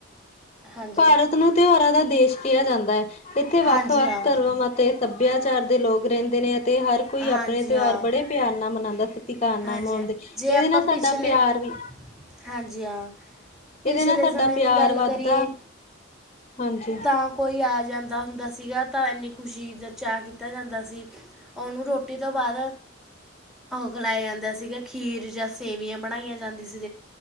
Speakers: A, in the centre; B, on the left.
A: ਹਾਂਜੀ
B: ਭਾਰਤ ਨੂੰ ਤਿਉਹਾਰਾਂ ਦਾ ਦੇਸ਼ ਕਿਹਾ ਜਾਂਦਾ ਹੈ। ਇੱਥੇ
A: ਹਾਂਜੀ
B: ਵੱਖ ਵੱਖ
A: ਹਾਂ
B: ਧਰਮਾਂ ਅਤੇ ਸਭਿਆਚਾਰ ਦੇ ਲੋਕ ਰਹਿੰਦੇ ਨੇ, ਅਤੇ ਹਰ ਕੋਈ
A: ਹਾਂਜੀ
B: ਆਪਣੇ ਤਿਉਹਾਰ
A: ਹਾਂ
B: ਬੜੇ ਪਿਆਰ ਨਾਲ ਮਨਾਉਂਦਾ ਪਿਆਰ ਨਾਲ
A: ਹਾਂਜੀ
B: ਮਣਾਉਦੇ,
A: ਹਾਂ ਜੇ
B: ਇਹਦੇ
A: ਆਪਾਂ
B: ਨਾਲ
A: ਪਿਛਲੇ
B: ਸਾਡਾ ਪਿਆਰ ਵੀ
A: ਹਾਂਜੀ, ਹਾਂ। ਪਿਛਲੇ
B: ਇਹਦੇ ਨਾਲ ਸਾਡਾ
A: ਸਮੇਂ
B: ਪਿਆਰ
A: ਦੀ ਗੱਲ
B: ਵੱਧਦਾ।
A: ਕਰੀਏ
B: ਹਾਂਜੀ।
A: ਤਾਂ ਕੋਈ ਆ ਜਾਂਦਾ ਹੁੰਦਾ, ਸੀਗਾ ਤਾਂ ਇੰਨੀ ਖੁਸ਼ੀ ਦਾ ਚਾਅ ਕੀਤਾ ਜਾਂਦਾ ਸੀ। ਉਹਨੂੰ ਰੋਟੀ ਤੋਂ ਬਾਅਦ ਖਲਾਇਆ ਜਾਂਦਾ ਸੀਗਾ, ਖੀਰ ਜਾਂ ਸੇਵੀਆਂ ਬਣਾਈਆਂ ਜਾਂਦੀ ਸੀ